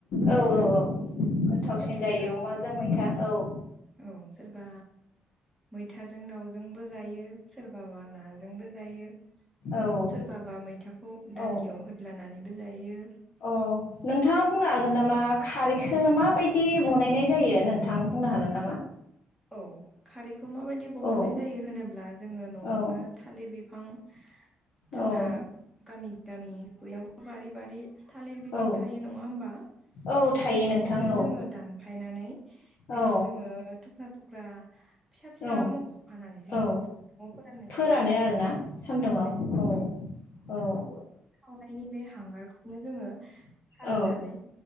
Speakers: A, on the left (about 60°); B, in the centre.
A: औव औव औव गोथावसिन
B: जोबोर गोथाव
A: जायो अमाजों मैथा औव।
B: औ सोरबा मैथाजों दाउजोंबो जायो सोरबाबा नाजोंबो जायो।
A: औ
B: औव सोरबाबा मैथाखौ दालियाव
A: औ
B: होद्लानानैबो जायो।
A: अ नोंथाङा बुंनो हागोन नामा। खारैखो माबायदि बनायनाय जायो नोंथां बुंनो हागोन नामा।
B: औव खारैखौ माबायदि बहननाय
A: औ
B: जायो होनोब्ला जोङो न'आवनो
A: औ
B: थालिर बिफां बिफां जोंना
A: औ
B: गामि गामि बयनावबो बारि बारि थालिर बिफां
A: औ
B: थायो नङा होमबा।
A: औ थायो
B: बे बिफांखौनो
A: नोंथां औ
B: जोङो दानफायनानै बेखौ
A: औ
B: जोङो टुक्रा टुक्रा फिसा फिसा
A: औ
B: मम' फानानै जों
A: औ
B: बेखौ नआव फोराननाय
A: फोरानो
B: जायो
A: आरोना सान्दुङाव
B: <unintelligible> नायनि
A: औ औ
B: सावो सावनायनि बे हांगारखौनो जोङो सालिनानै
A: औ